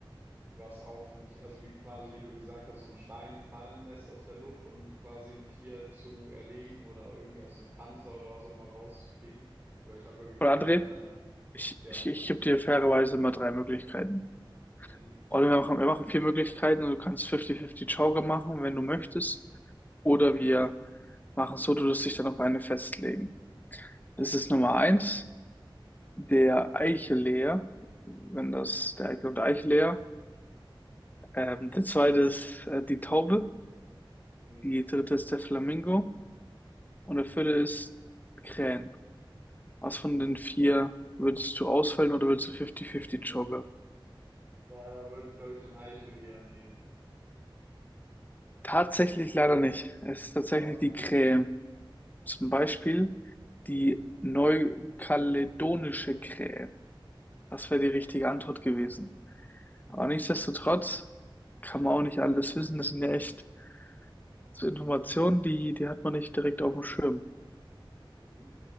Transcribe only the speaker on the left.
Oder
André,
ich,
ich, ich gebe dir fairerweise immer drei Möglichkeiten.
Oder wir machen, wir machen vier Möglichkeiten und du kannst 50-50 Joker machen, wenn du möchtest. Oder wir machen so, du wirst dich dann auf eine festlegen. Das ist Nummer eins, der Eicheleer, wenn das der Eichel und der Eicheleer. Ähm, der zweite ist äh, die Taube,
die dritte ist der Flamingo und der vierte ist Krähen. Was von den vier würdest du auswählen oder würdest du 50-50 Joker?
Tatsächlich leider nicht. Es ist tatsächlich
die Krähe. Zum Beispiel die neukaledonische Krähe. Das
wäre die richtige Antwort gewesen. Aber nichtsdestotrotz kann man auch nicht alles wissen. Das sind ja echt so Informationen, die, die hat man nicht direkt auf dem Schirm.